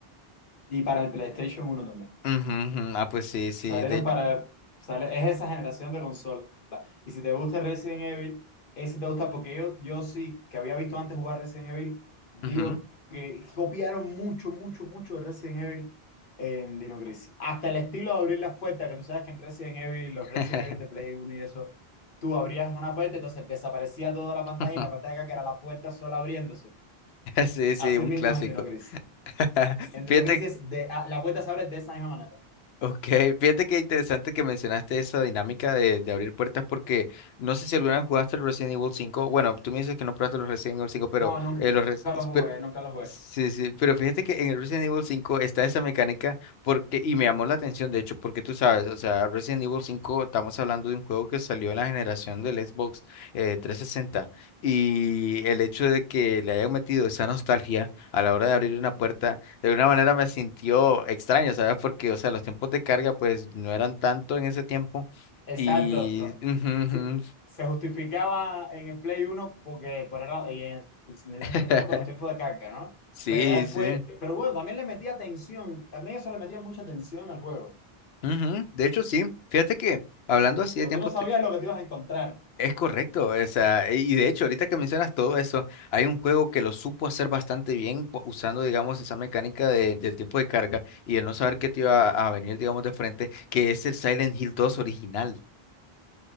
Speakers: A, on the left; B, on the left.
A: Y para el PlayStation uno también.
B: Ujú, ujú, Ah, pues sí, sí,
A: Salieron
B: de hecho.
A: para... Sale, es esa generación de consolas. Y si te gusta Resident Evil, ese te gusta porque yo, yo sí, que había visto antes jugar Resident Evil, digo
B: ujú.
A: que copiaron mucho, mucho, mucho de Resident Evil en Dino Crisis. Hasta el estilo de abrir las puertas, que tú sabes que en Resident Evil, los
B: <laughs>
A: Resident Evil de Play Uno y eso, tú abrías una puerta, entonces desaparecía toda la pantalla
B: <laughs>
A: y la pantalla de acá, que era la puerta sola abriéndose.
B: Sí, sí,
A: Así
B: un
A: mismo
B: clásico.
A: es en Dino Crisis.
B: <laughs>
A: En Dino
B: Fíjate
A: Crisis de, a- la puerta se abre de esa misma manera.
B: Ok, fíjate que interesante que mencionaste esa dinámica de, de abrir puertas porque no sé si alguna vez jugaste el Resident Evil 5. Bueno, tú me dices que no probaste los Resident Evil 5, pero,
A: No, nunca
B: eh, los res-
A: lo jugué,
B: pero-
A: nunca lo jugué.
B: sí, sí, pero fíjate que en el Resident Evil 5 está esa mecánica porque, y me llamó la atención, de hecho, porque tú sabes, o sea, Resident Evil 5 estamos hablando de un juego que salió en la generación del Xbox eh, 360 y el hecho de que le hayan metido esa nostalgia a la hora de abrir una puerta. De alguna manera me sintió extraño, ¿sabes? Porque, o sea, los tiempos de carga pues no eran tanto en ese tiempo.
A: Exacto.
B: Y... ujú,
A: Sí,
B: ujú.
A: se justificaba en el Play uno porque por era, y en el Nintendo
B: <laughs>
A: sesenta y cuatro por los tiempos de carga, ¿no?
B: Sí,
A: Pero ya después,
B: sí.
A: pero bueno, también le metía tensión, también eso le metía mucha tensión al juego,
B: Ujú. De hecho, sí. Fíjate que hablando así
A: porque
B: de tiempo,
A: tú no sabías
B: te-
A: lo que te ibas a encontrar.
B: es correcto. O sea, y y de hecho, ahorita que mencionas todo eso, hay un juego que lo supo hacer bastante bien pu- usando, digamos, esa mecánica de- del tiempo de carga y el no saber qué te iba a venir, digamos, de frente, que es el Silent Hill dos original.